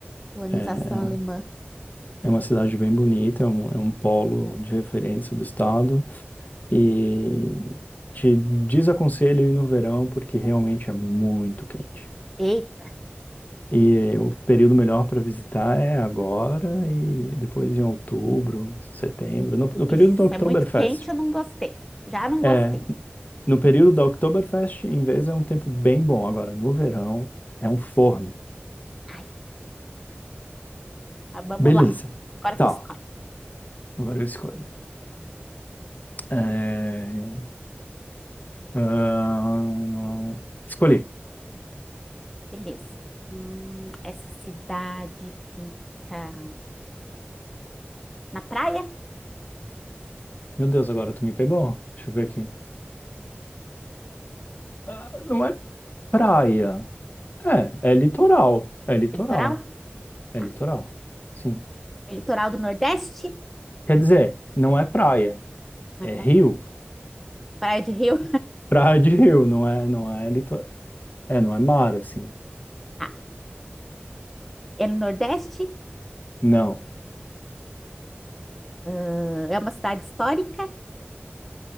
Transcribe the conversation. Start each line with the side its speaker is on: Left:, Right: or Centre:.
Centre: colonização
Left: É, é
Centre: alemã.
Left: É uma cidade bem bonita, é um, é um polo de referência do estado. E te desaconselho ir no verão, porque realmente é muito quente.
Centre: Eita,
Left: E o período melhor para visitar é agora e depois em outubro, setembro, no, no
Centre: ixi,
Left: período da Oktoberfest.
Centre: se é muito quente, eu não gostei. Já não
Left: É,
Centre: gostei.
Left: no período da Oktoberfest, em vez é um tempo bem bom. Agora, no verão, é um forno.
Centre: Ai, mas vamos
Left: Beleza.
Centre: lá. Agora
Left: Tá,
Centre: tu escolhe.
Left: agora eu escolho. É, ahn, escolhi.
Centre: Beleza. Hum, essa cidade fica na praia?
Left: Meu Deus, agora tu me pegou. Deixa eu ver aqui. Ah, Não é praia. É, é litoral. É litoral.
Centre: É litoral?
Left: É
Centre: Tá.
Left: litoral. Sim.
Centre: É litoral do Nordeste?
Left: Quer dizer, não é praia.
Centre: Na
Left: É
Centre: praia?
Left: rio.
Centre: Praia de Rio?
Left: <laughs> Praia de rio, não é, não é litoral. É, não é mar, assim.
Centre: Tá. É no Nordeste?
Left: Não.
Centre: Ah, É uma cidade histórica?